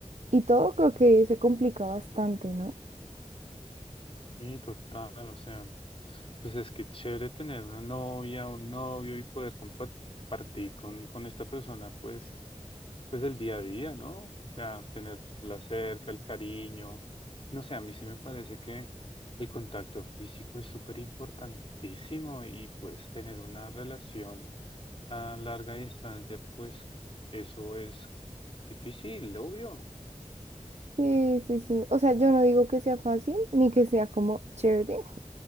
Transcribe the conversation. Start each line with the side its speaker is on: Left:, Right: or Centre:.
Right: y todo, creo que se complica bastante, ¿no?
Left: Sí, total. O sea, pues es que chévere tener una novia, un novio y poder compartir con, con esta persona, pues. pues el día a día, ¿no? O sea, tenerla cerca, el cariño. No sé, a mí sí me parece que el contacto físico es súper importantísimo y pues tener una relación a larga distancia, pues eso es difícil, obvio.
Right: Sí, sí, sí. O sea, yo no digo que sea fácil ni que sea como chévere,